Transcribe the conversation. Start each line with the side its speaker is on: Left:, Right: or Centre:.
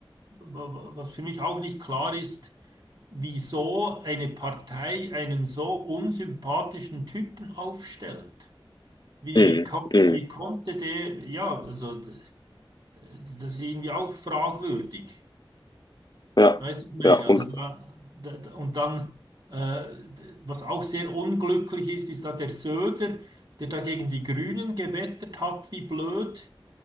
Right: wa- was für mich auch nicht klar ist, wieso eine Partei einen so unsympathischen Typen aufstellt. Wie,
Left: Mhm,
Right: wie, kon
Left: mhm.
Right: wie konnte der, ja, also d- das ist irgendwie auch fragwürdig.
Left: Ja,
Right: Weißt du, was ich meine?
Left: ja, und
Right: Also da, da, da- und dann, äh, d- was auch sehr unglücklich ist, ist da der Söder, der da gegen die Grünen gewettert hat, wie blöd.